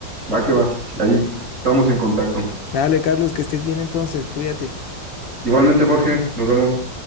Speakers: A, on the right; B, on the left.
A: Va que va, ahí estamos en contacto.
B: Dale, Carlos, que estés bien entonces, cuídate.
A: Igualmente, Jorge, nos vemos.